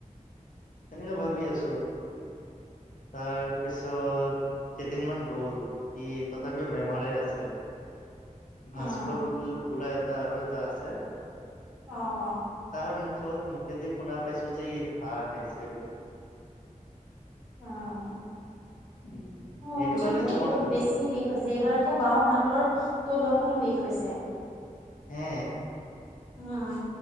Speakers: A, on the left; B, in the centre.
A: তেনেকে ভাবি আছো। তাৰ পিছত কেইদিনমান গ'ল। ই তথাপিও বেমাৰেেই আছে, ভাস্কৰ
B: উম
A: ব বোলো এটা আৰু এটা আছে।
B: অ', অ'।
A: তাৰ মুখে মুখেদি শুনা পাইছো যে ই হাৰছে বুলি।
B: অ',
A: উম
B: মোৰ
A: সেইটো
B: যে
A: কাৰণে
B: বহুত
A: তোমাক সুধিলো
B: বেছি বিষ হৈছে এইবাৰ আকৌ বাওঁৰ হাতৰ তলুৱাখনো বিষ হৈছে।
A: হে
B: উম,